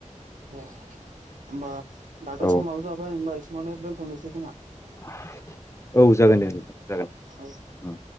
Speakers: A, on the right; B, on the left.
A: औ होमबा दाथ'
B: औ
A: समाबो जाबाय होमबा एसेयावनो दोनथ'नोसै खोमा
B: <unintelligible> औ जागोन दे जागोन
A: औ